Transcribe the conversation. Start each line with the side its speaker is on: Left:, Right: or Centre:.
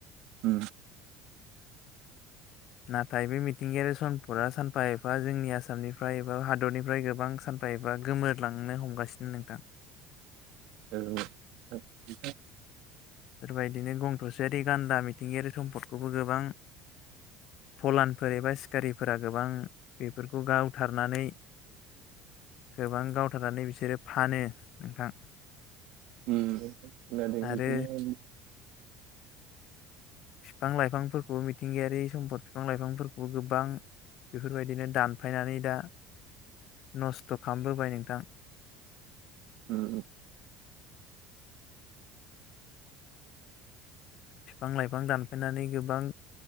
Right: उ
Left: नाथाय बे मिथिंगायारि समपदा सानफा एफा जोंनि आसामनिफ्राय एबा हादरनिफ्राय गोबां सानफा गोमोरलांनो हमगासिनो नोंथां
Right: औ
Left: बेफोरबायदिनो गं थसेयारि गान्दा मिथिंगायारि सम्पदखौबो गोबां फलानफोर एबा सिखारिफोरा गोबां बेफोरखौ गावथारनानै गोबां गावथारनानै बिसोरो फानो नोंथां
Right: उम <inaudible>
Left: आरो बिफां लाइफांफोरखौ मिथिंगायारि सम्फद बिफां लाइफांफोरखौबो गोबां बेफोरबायदिनो दानफायनानै दा नस्थ' खालामबोबाय नोंथां
Right: उ
Left: बिफां लाइफां दानफायनानै गोबां